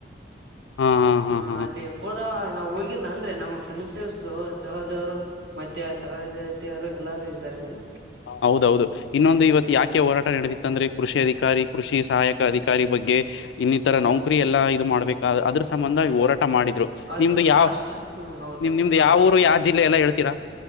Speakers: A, on the left (about 80°); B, on the right (about 70°).
A: ಹಾ ಹಾ ಹಾ
B: ಹ್ಮ್
A: ಹಾ
B: ಅಲ್ಲಿ ಪೂರಾ ನಾವು ಹೋಗಿಲ್ಲ ಅಂದ್ರೆ ನಮ್ಮ ಫ್ರೆಂಡ್ಸ್ದು ಸಹೋದವರು ಮತ್ತೆ ಸಹದತಿಯರು ಎಲ್ಲಾರೂ ಇದ್ದಾರೆ ಇಲ್ಲಿ.
A: ಹೌದೌದು ಇನ್ನೊಂದು
B: ಹ್ಮ್
A: ಇವತ್ತು ಯಾಕ ಕಕ್ಕೆ ಹೋರಾಟ ನಡೆದಿತ್ತ ಅಂದ್ರೆ ಕೃಷಿ ಅಧಿಕಾರಿ ಕೃಷಿ ಸಹಾಯಕ ಅಧಿಕಾರಿ ಬಗ್ಗೆ ಇನ್ನಿತರ
B: ಹ್ಮ್
A: ನೌಕರಿ ಎಲ್ಲಾ ಇದು ಮಾಡ್ಬೇಕ ಅದ್ರ ಸಂಬಂಧ ಹೋರಾಟ ಮಾಡಿದ್ರು
B: ಅದು
A: ನಿಮ್ದು
B: ಹೌದು
A: ಯಾವ
B: ಅಷ್ಟ ಹ್ಮ್ ಹೌದೌದು
A: ನಿಮ್ದು
B: ಹ್ಮ
A: ಯಾವ ಊರು ಯಾವ ಜಿಲ್ಲೆ ಎಲ್ಲ ಹೇಳ್ತೀರಾ?